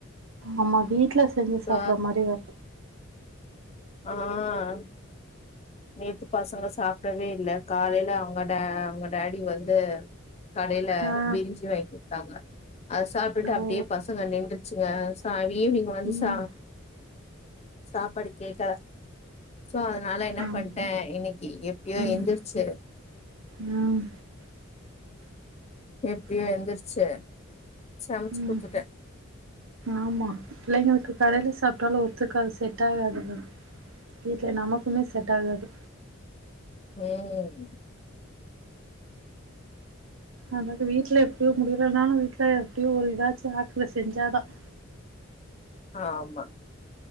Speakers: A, on the right; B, on the left.
A: ஆமா வீட்ல செஞ்சு
B: சோ
A: சாப்பற மாரி வர்
B: ஆஹ் நேத்து பசங்க சாப்டவே இல்ல காலைல அவங்க அவங்க டேடி வந்து கடைல
A: ஆ
B: விரிஞ்சி <unintelligible> வாங்கி குடுத்தாங்க அத சாப்பிட்டுட்டு
A: ஓ
B: அப்டியே பசங்க நின்றுச்சுங்க ஈவினிங் வந்து
A: ம்
B: ச சாப்பாடு கேகல சோ அதனால என்ன
A: ஆமா
B: பண்டே இன்னைக்கு எப்பயோ
A: ம்
B: எந்திருச்சு
A: ம்
B: எப்படியோ எந்தருச்சு சமச்சு
A: ம்
B: குடுத்துட்டே
A: ஆமா பிள்ளைங்களுக்கு கடைல சாப்ட்டாலும் ஒத்துக்காது செட் ஆகாதுல்ல வீட்டுல நமக்குமே செட் ஆகாது
B: உஹம்
A: அதக்கு வீட்ல எப்டியோ முடியலைனாலும் வீட்ல எப்டியோ ஒரு ஏதாச்சும் <unintelligible> செஞ்சாதான்
B: ஆஹ் ஆமா